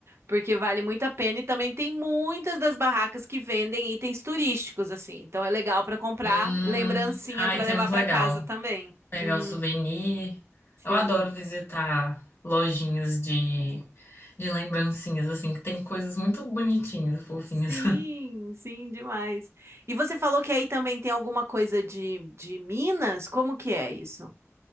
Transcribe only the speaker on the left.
Hum,
ah,
isso
é muito
legal.
Pegar
o souvenir.
Eu adoro visitar lojinhas de, de lembrancinhas, assim, que tem coisas muito bonitinhas, fofinhas.
<laughs>